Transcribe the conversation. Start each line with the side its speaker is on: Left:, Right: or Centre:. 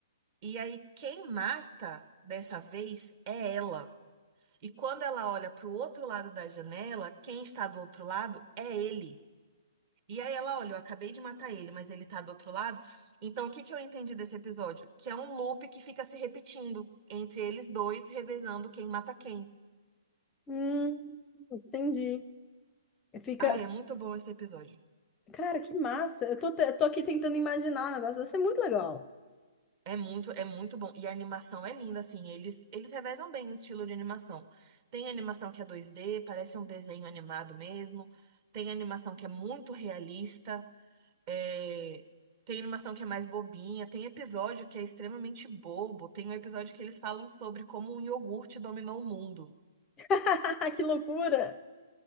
Right: E aí, quem mata dessa vez é ela. E quando ela olha pro outro lado da janela, quem está do outro lado é ele. E aí ela, olha, eu acabei de matar ele, mas ele tá do outro lado. Então, o que que eu entendi desse episódio? Que é um loop que fica se repetindo entre eles dois, revezando quem mata quem.
Left: hum, entendi. Fica,
Right: Ah, é muito bom esse episódio.
Left: cara, que massa. Eu tô, te- eu tô aqui tentando imaginar o negócio, vai ser muito legal.
Right: É muito, é muito bom. E a animação é linda, assim. Eles, eles revezam bem o estilo de animação. Tem animação que é dois d parece um desenho animado mesmo. Tem animação que é muito realista. É, tem animação que é mais bobinha, tem episódio que é extremamente bobo, tem um episódio que eles falam sobre como um iogurte dominou o mundo.
Left: <laughs> Que loucura!